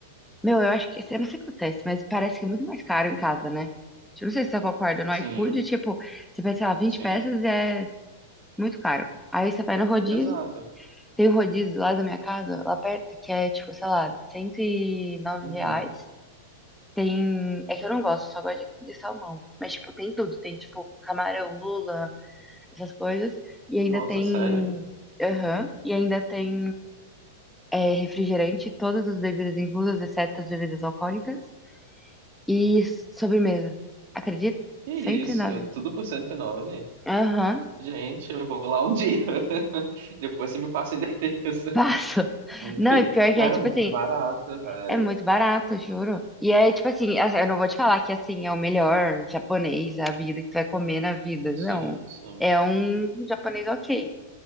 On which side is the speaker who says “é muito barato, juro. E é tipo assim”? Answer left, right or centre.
Centre